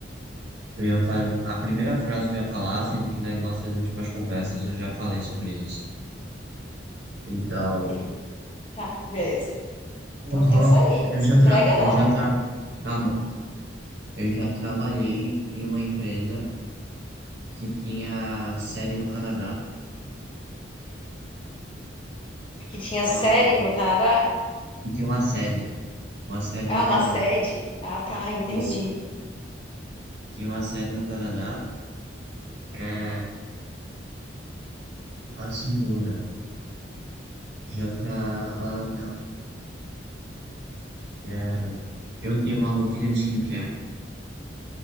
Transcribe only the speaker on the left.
<laughs> Tá, beleza.
Então
pensa aí,
se
entrega
não.
Que tinha
série no Canadá?
Ah,
uma sede. Ah, tá, entendi.